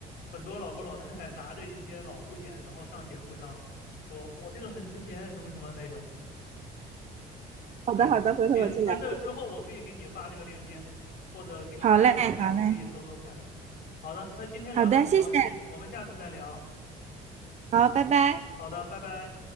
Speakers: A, on the left; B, on the right.
A: 很多老头老太太拿着一些老物件，然后上节目上说我这个很值钱，什么什么那种。
B: 好的好的，
A: 对的，
B: 回头我去了解。
A: 行，那这之后我可以给你发这个链接，或者给你发一个名字，
B: 好嘞好嘞，
A: 你可以搜搜看。好的，那今天聊得很高兴，
B: 好的，谢谢，
A: 我们下次再聊。
B: 好，拜拜。
A: 好的，拜拜。